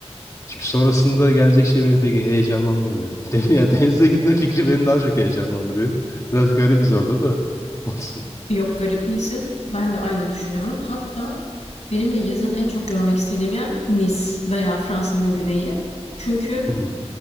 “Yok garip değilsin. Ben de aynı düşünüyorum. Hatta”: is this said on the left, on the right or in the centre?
Left